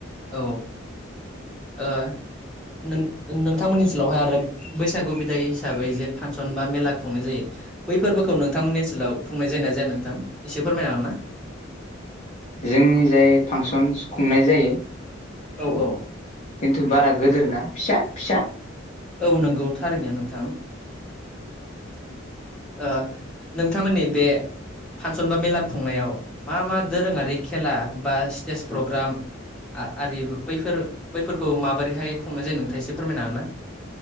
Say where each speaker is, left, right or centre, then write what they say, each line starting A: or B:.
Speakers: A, in the centre; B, on the left.
A: औ ओ नों नोंथांमोननि सोलावहाय आरो बैसागु बिदाय हिसाबै जे फांसन बा मेला खुंनाय जायो बैफोरबो खौ नोंथांमोननि ओनसोलाव खुंनाय जाया जाया नोंथां एसे फोरमायनो हागोन ना
B: जोंनिजाय फांसन खुंनाय जायो
A: औ औ
B: खिन्थु बारा गोदोर ना फिसा फिसा
A: औ नंगौ थारैनो नोंथां ओ नोंथांमोननि बे फानसन बा मेला खुंनायाव मा मा दोरोङारि खेला बा स्टेस प्रग्राम आरि बैफोर बैफोरखौ माबोरैहाय खुंनाय जायो नोंथाङा एसे फोरमायनो हागोन ना